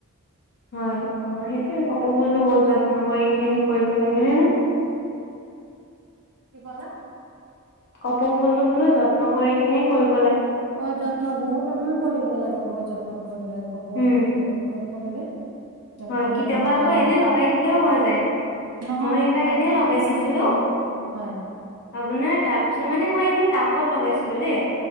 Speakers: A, on the left; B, on the right.
A: হয় অ' সেইটোয়ে কপৌ ফুলটো বহুত যত্ন কৰি কিনে কি কৰিব লাগে ন নে
B: কি বলা
A: কপৌ ফুলটো বোলো যত্ন কৰি কিনে কৰি
B: অ যত্ন বহুত যত্ন কৰিব লাগে বহুত যত্ন কৰিব লাগে কবত
A: উম,
B: বহুত যত্ন কৰিব লাগে যত্নকে
A: হয় কেতিয়াবা
B: তোমাৰ
A: আকৌ এনে লগাই দিলেও হৈ যায়
B: নহয়
A: মই এবাৰ
B: তোমাৰ
A: এনে
B: পানী
A: লগাই দিছিলো
B: চানী হয়
A: আপোনাৰ তাৰপিছত মানে মই এনেই টাপত লগাইছিলো দেই